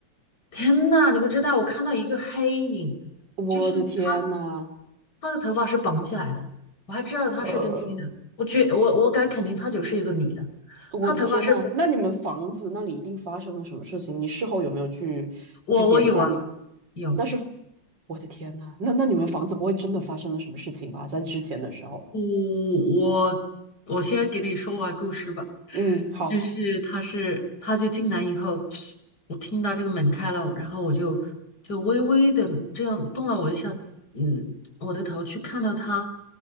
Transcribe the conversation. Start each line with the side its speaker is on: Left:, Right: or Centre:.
Left: 天呐，你不知道，我看到一个黑影，
Right: 我的天呐，
Left: 就是他，他的头发是绑起来的，我还知道他是一个女的，
Right: 呃，
Left: 我觉我我敢肯定她就是一个女的，
Right: 我的天呐，
Left: 她头发是，
Right: 那你们房子那里一定发生了什么事情？你事后有没有去去检查你？
Left: 我我有啊，有。
Right: 那是，我的天呐，那那你们房子不会真的发生了什么事情吧？在之前的时候，
Left: 我我我先给你说完故事吧，
Right: 嗯，好。
Left: 就是他是他就进来以后，我听到这个门开了，然后我就就微微的这样动了我一下，嗯，我的头去看到他，